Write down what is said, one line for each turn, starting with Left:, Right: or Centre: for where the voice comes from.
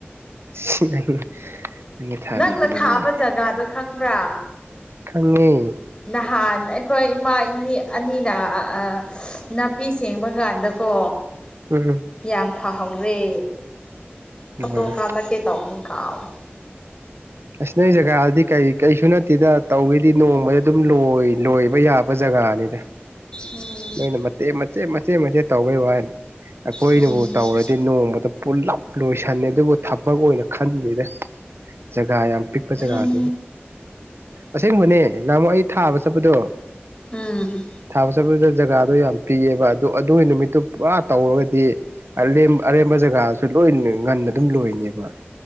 Right: <inaudible> ꯊꯥꯕꯤꯕꯅꯤꯅꯦ
Left: ꯅꯪꯅ ꯊꯥꯕ ꯖꯒꯥꯗꯣ ꯈꯪꯕ꯭ꯔꯥ
Right: ꯈꯪꯉꯤ
Left: ꯅꯍꯥꯟ ꯑꯩꯈꯣꯏ ꯏꯃꯥ ꯏꯅꯦ ꯑꯅꯤꯅ ꯑ ꯅꯥꯄꯤ ꯁꯦꯡꯕ ꯀꯥꯟꯗꯀꯣ
Right: ꯎꯝ
Left: ꯌꯥꯝ ꯐꯍꯧꯔꯦ ꯐꯣꯇꯣ
Right: ꯎꯝ
Left: ꯀꯥꯞꯂꯛꯀꯦ ꯇꯧꯕꯅꯤ ꯀꯥꯎꯋꯦ
Right: ꯑꯁ ꯅꯣꯏ ꯖꯒꯥꯗꯤ ꯀꯩ ꯀꯩꯁꯨ ꯅꯠꯇꯦꯗ ꯇꯧꯒꯦꯗꯤ ꯅꯣꯡꯃꯗ ꯑꯗꯨꯝ ꯂꯣꯏ ꯂꯣꯏꯕ ꯌꯥꯕ ꯖꯒꯥꯅꯤꯗ
Left: ꯎꯝ
Right: ꯅꯣꯏꯅ ꯃꯇꯦꯛ ꯃꯆꯦꯠ ꯃꯆꯦꯠ ꯃꯆꯦꯠ ꯇꯧꯕꯩ ꯋꯥꯅꯤ ꯑꯩꯈꯣꯏꯅꯕꯨ
Left: ꯎꯝ
Right: ꯇꯧꯔꯗꯤ ꯅꯣꯡꯃꯗ ꯄꯨꯜꯂꯞ ꯂꯣꯏꯁꯟꯂꯦ ꯑꯗꯨꯕꯨ ꯊꯕꯛ ꯑꯣꯏꯅ ꯈꯟꯗꯦꯗ ꯖꯒꯥ ꯌꯥꯝ ꯄꯤꯛꯄ ꯖꯒꯥꯗꯨ
Left: ꯎꯝ
Right: ꯑꯁꯦꯡꯕꯅꯦ ꯅꯍꯥꯟꯃꯨꯛ ꯑꯩ ꯊꯥꯕ ꯆꯠꯄꯗꯣ
Left: ꯎꯝ
Right: ꯊꯥꯕ ꯆꯠꯄꯗꯨꯗ ꯖꯒꯥꯗꯣ ꯌꯥꯝ ꯄꯤꯛꯑꯦꯕ ꯑꯗꯨ ꯑꯗꯨꯒꯤ ꯅꯨꯃꯤꯠꯇꯨ ꯄꯨꯔꯥ ꯇꯧꯔꯒꯗꯤ ꯑꯔꯦꯝ ꯑꯔꯦꯝꯕ ꯖꯒꯥꯁꯨ ꯂꯣꯏ ꯉꯟꯅ ꯑꯗꯨꯝ ꯂꯣꯏꯅꯦꯕ